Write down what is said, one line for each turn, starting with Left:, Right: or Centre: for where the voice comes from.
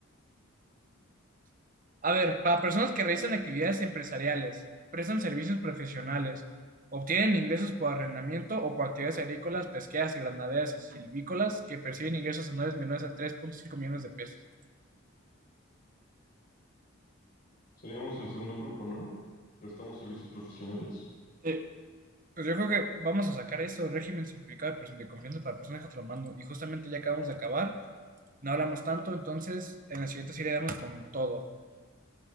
Right: A ver, para personas que realizan actividades empresariales, prestan servicios profesionales, obtienen ingresos por arrendamiento o por actividades agrícolas, pesqueras, granaderas y silvícolas que perciben ingresos anuales menores a tres punto cinco millones de pesos.
Left: Seríamos el segundo grupo, ¿no? Prestamos servicios profesionales.
Right: Sí. Pues yo creo que vamos a sacar eso, régimen simplificado de person- de confianza para personas que te lo mando. Y justamente ya acabamos de acabar, no hablamos tanto, entonces en la siguiente sí le damos con todo.